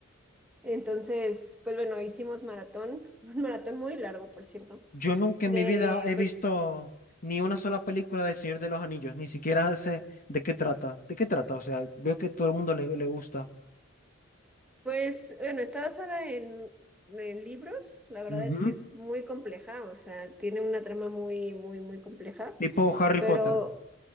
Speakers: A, in the centre; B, on the left.
A: Entonces, pues bueno, hicimos maratón, <laughs> un maratón muy largo, por cierto
B: Yo nunca
A: de,
B: en mi vida he visto
A: pues,
B: ni una sola película del Señor de los Anillos, ni siquiera sé de qué trata. ¿De qué trata? O sea, veo que todo el mundo le, le gusta.
A: Pues bueno, está basada en, en libros, la verdad
B: Ujú.
A: es que es muy compleja, o sea, tiene una trama muy, muy, muy compleja,
B: Tipo Harry
A: pero
B: Potter.